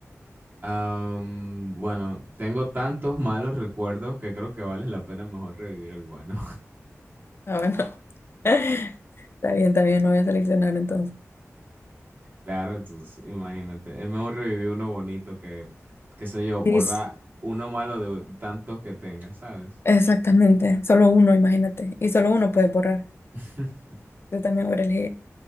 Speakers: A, on the right; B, on the left.
A: Am, bueno, tengo tantos malos recuerdos que creo que vale la pena mejor revivir el bueno.
B: Ah, bueno. <laughs> Está bien, está bien, lo voy a seleccionar entonces.
A: Claro, entonces, imagínate. Es mejor revivir uno bonito que, qué sé yo, borrar
B: Sí, s-
A: uno malo de tantos que tenga, ¿sabes?
B: exactamente. Solo uno, imagínate. Y solo uno puede borrar.
A: <laughs>
B: Yo también voy a elegir